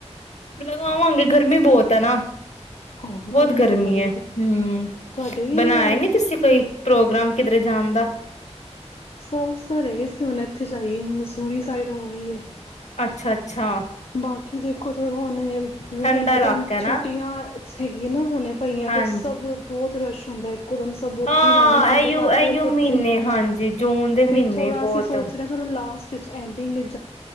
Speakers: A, on the left; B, on the left.
A: ਮਤਲਬ ਆਵਾਂਗੇ ਗਰਮੀ ਬਹੁਤ ਤੇ ਨਾ,
B: ਹਾਂ
A: ਬਹੁਤ ਗਰਮੀ
B: ਤਾਂ ਬੜੀ
A: ਹੈ, ਹੂੰ
B: ਤੁਹਾਡੇ ਵੀ ਇਹੀਓ
A: ਬਣਾਇਆ
B: ਹੋਏ
A: ਨੀ ਤੁਸੀਂ ਕੋਈ ਪ੍ਰੋਗਰਾਮ ਕਿੱਧਰੇ ਜਾਣ ਦਾ,
B: ਸੋਚ ਤਾਂ ਰਹੇ ਸੀ ਹੁਣ ਇੱਥੇ ਜਾਈਏ ਮੈਨੂੰ ਦੂਰੀ ਸਾਈਡ ਹੋ ਆ ਹੀ
A: ਅੱਛਾ-ਅੱਛਾ।
B: ਬਾਕੀ ਦੇਖੋ ਥੋੜਾ ਹੁਣ ਇਹ ਮੈਂ
A: ਠੰਡਾ
B: ਤੁਹਾਨੂੰ ਪਤਾ
A: ਇਲਾਕਾ
B: ਹੁਣ
A: ਹੈ
B: ਛੁੱਟੀਆਂ
A: ਨਾ
B: ਹੈਗੀ ਨਾ। ਹੋਣੇ ਪਈਆਂ
A: ਹਾਂਜੀ
B: ਫਿਰ ਸਭ ਬਹੁਤ ਰਸ਼ ਹੁੰਦਾ ਇੱਕ ਕੁਦਮ ਸਬ ਉੱਥੇ
A: ਹਾਂ
B: ਹੀ ਜਾਂਦੇ ਨੇ ਠੰਡੇ
A: ਐਈਓ
B: ਇਲਾਕੇ
A: ਐਈਓ
B: ਵੱਲ ਭੱਜਦੇ
A: ਮਹੀਨੇ ਹਾਂਜੀ ਜੂਨ ਦੇ ਮਹੀਨੇ
B: ਫੇਰ ਥੋੜਾ
A: ਬਹੁਤ
B: ਅਸੀਂ ਸੋਚ ਦੇ ਹਾਂ ਥੋੜਾ ਲਾਸਟ <unintelligible> ਐਂਡਿੰਗ,